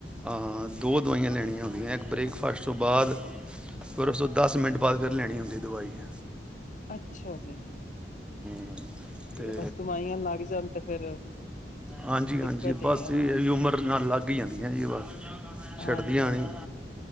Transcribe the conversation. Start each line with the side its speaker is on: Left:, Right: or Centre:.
Centre: ਹਾਂ, ਦੋ ਦਵਾਈਆਂ ਲੈਣੀਆਂ ਇੱਕ ਬ੍ਰੇਕਫਾਸਟ ਤੋਂ ਬਾਅਦ ਫਿਰ ਉਸ ਤੋਂ ਦਸ ਮਿੰਟ ਬਾਅਦ ਫਿਰ ਲੈਣੀ ਹੁੰਦੀ ਦਵਾਈ। <inaudible>
Left: ਅੱਛਾ ਜੀ।
Centre: <inaudible> ਤੇ
Left: ਬਸ ਦਵਾਈਆਂ ਲੱਗ ਜਾਣ ਤੇ ਫੇਰ
Centre: ਹਾਂਜੀ ਹਾਂਜੀ
Left: ਦਿੱਕਤ ਹੀ
Centre: ਬਸ
Left: ਐ, ਹਾਂ
Centre: ਇਹ ਹੈ ਵੀ ਉਮਰ ਨਾਲ ਲੱਗ ਹੀ ਜਾਂਦੀਆਂ ਜੀ ਬਸ ਛੱਡਦੀਆਂ
Left: ਹਾਂਜੀ, ਹਾਂਜੀ
Centre: ਨਹੀਂ